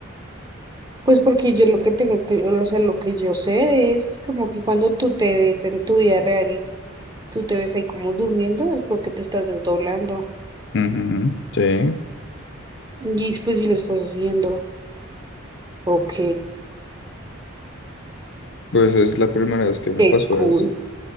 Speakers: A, on the right; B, on the left.
A: Pues porque yo lo que tengo que, o sea, lo que yo sé de eso es como que cuando tú te ves en tu vida real tú te ves ahí como durmiendo, es porque te estás desdoblando.
B: Ujú, Sí,
A: Y pues si lo estás haciendo. Ok,
B: pues es la primera vez que me
A: qué
B: pasó
A: cool.
B: eso.